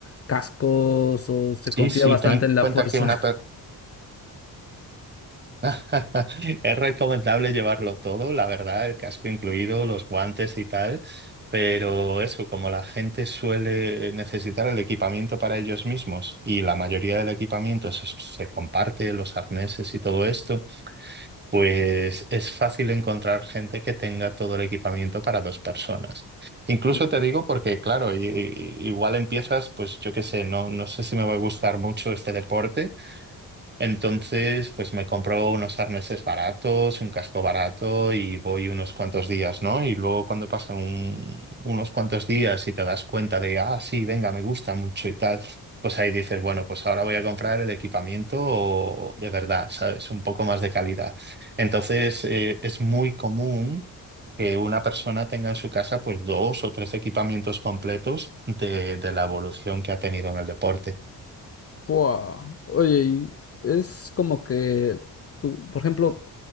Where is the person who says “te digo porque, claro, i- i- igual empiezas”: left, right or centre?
Right